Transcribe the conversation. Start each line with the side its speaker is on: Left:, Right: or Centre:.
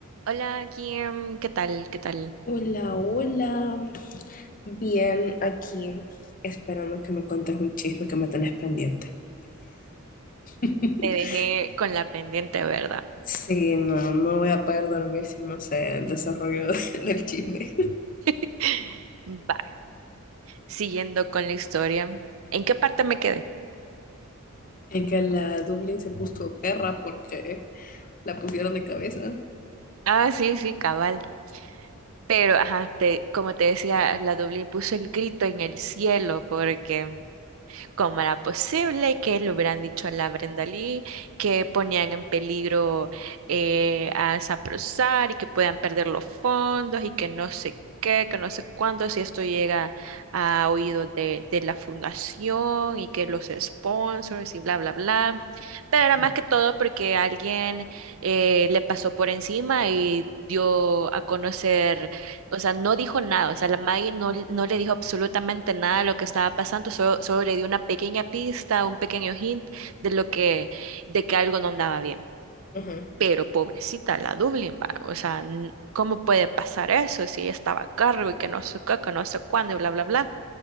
Right: Hola, Kim, ¿qué tal? ¿Qué tal?
Left: Hola, hola. Bien, aquí esperando que me contes un chisme que me tenés pendiente. <laughs>
Right: Te dejé con la pendiente, ¿verdad?
Left: Sí, no, no voy a poder dormir si no sé el desarrollo <laughs> del chisme.
Right: <laughs> Va, siguiendo con la historia. ¿En qué parte me quedé?
Left: En que la Dublín se puso perra porque la pusieron de cabeza.
Right: Ah, sí, sí, cabal. Pero, ajá, te, como te decía, la Dublín puso el grito en el cielo porque cómo era posible que le hubieran dicho a la Brenda Lee que ponían en peligro eh, a Saprosar y que puedan perder los fondos y que no sé qué, que no sé cuánto si esto llega a oídos de, de la fundación y que los sponsors y bla, bla, bla. Pero era
Left: Ajá,
Right: más que todo porque alguien eh, le pasó por encima y dio a conocer o sea, no dijo nada, o sea, la Maggie no, le- no le dijo absolutamente nada de lo que estaba pasando, solo, solo le dio una pequeña pista, un pequeño hint de lo que, de que algo no andaba bien.
Left: ajá,
Right: Pero pobrecita la Dublin, va, o sea, n- ¿cómo puede pasar eso si ella estaba a cargo y que no sé qué, que no sé cuándo y bla, bla, bla?